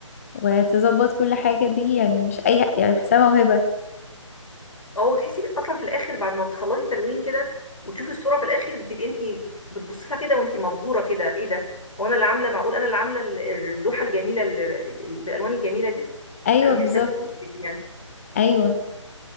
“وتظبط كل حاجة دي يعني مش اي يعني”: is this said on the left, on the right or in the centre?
Left